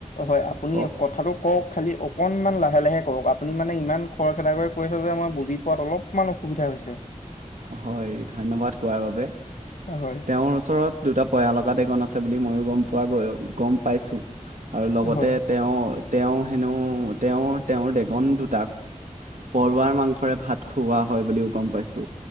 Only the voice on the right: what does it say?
কওক
হয় ধন্যবাদ কোৱাৰ বাবে।
তেওঁৰ ওচৰত দুটা পয়ালগা ডেগন আছে বুলি ময়ো গম পোৱা গয় গম পাইছোঁ। আৰু লগতে
তেওঁ তেওঁ হেনো, তেওঁৰ তেওঁৰ ডেগন দুটাক পৰুৱাৰ মাংসৰে ভাত খুওৱা হয় বুলিও গম পাইছো।